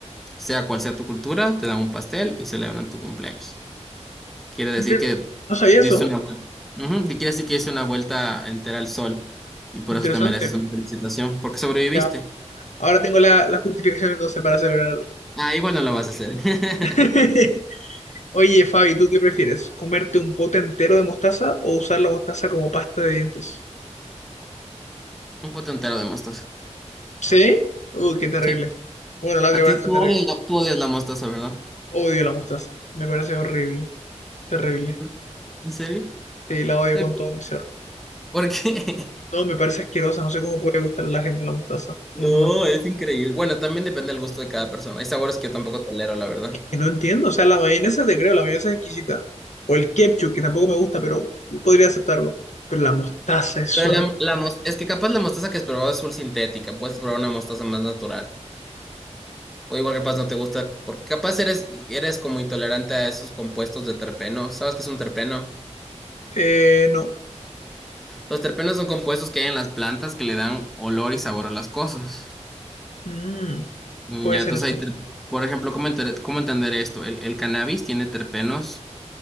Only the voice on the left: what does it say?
miren,
no sabía
eso.
Interesante.
Ya, ahora tengo la, la justificación entonces para celebrarlo.
<laughs>
Oye, Fabi, ¿tú qué prefieres? ¿Comerte un pote entero de mostaza o usar la mostaza como pasta de dientes?
¿Sí? Uy, qué terrible.
Bueno, la otra
igual
está
terrible.
Odio la mostaza. Me parece horrible. Terrible.
Sí, la odio
con todo mi ser.
No, me parece asquerosa, no sé cómo puede gustar a la gente la mostaza.
No, no,
es que no entiendo, o sea, la mayonesa te creo, la mayonesa es exquisita. O el ketchup, que tampoco me gusta, pero podría aceptarlo. Pero la mostaza es
horrible.
Eh, no.
Mm,
puede
ser
entonces.